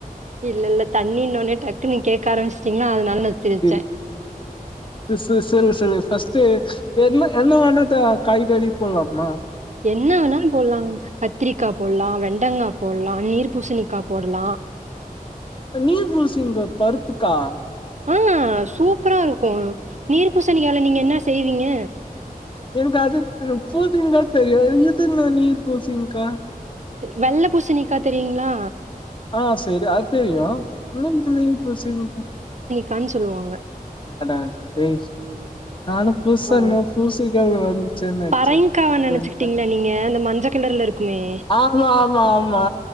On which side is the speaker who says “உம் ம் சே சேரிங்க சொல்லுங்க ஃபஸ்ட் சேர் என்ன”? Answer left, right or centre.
Left